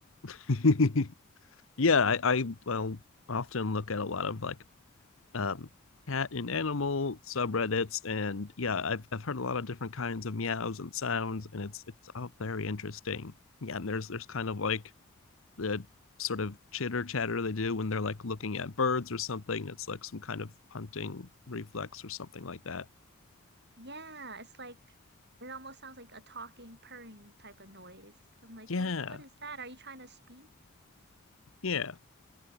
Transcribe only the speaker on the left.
<laughs> Yeah, I, I well often look at a lot of like um cat and animal subreddits and yeah, I've I've heard a lot of different kinds of meows and sounds and it's it's all very interesting. Yeah, and there's there's kind of like the sort of chitter chatter they do when they're like looking at birds or something. It's like some kind of hunting reflex or something like that.
Yeah.
Yeah.